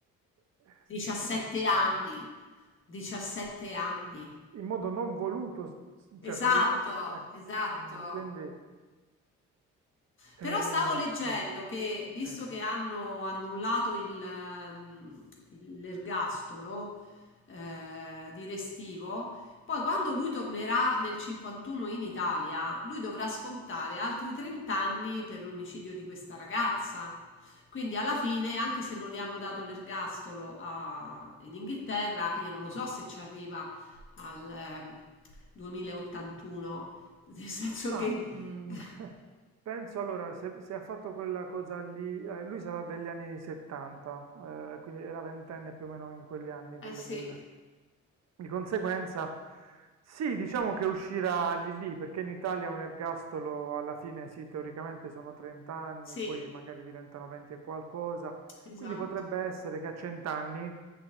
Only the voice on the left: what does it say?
17
anni.
17 anni.
Esatto,
esatto.
Però
stavo leggendo
che, visto
che hanno annullato il, ehm, il- l'ergastolo eh, di Restivo, poi quando lui tornerà nel 51 in Italia, lui dovrà scontare altri 30 anni per l'omicidio di questa ragazza. Quindi alla fine, anche se non gli hanno dato l'ergastolo a- in Inghilterra, io non lo so se ci arriva al ehm, 2081, nel senso
che
<laughs>
Eh
sì,
sì,
esatto.